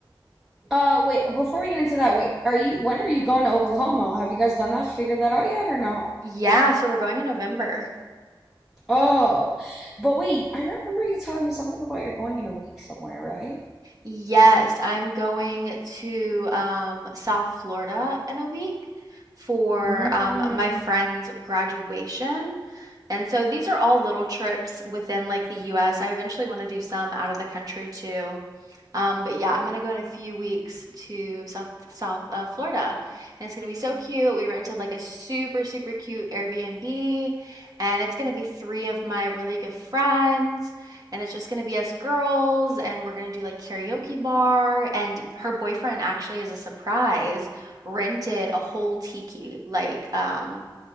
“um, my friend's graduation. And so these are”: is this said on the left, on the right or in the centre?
Right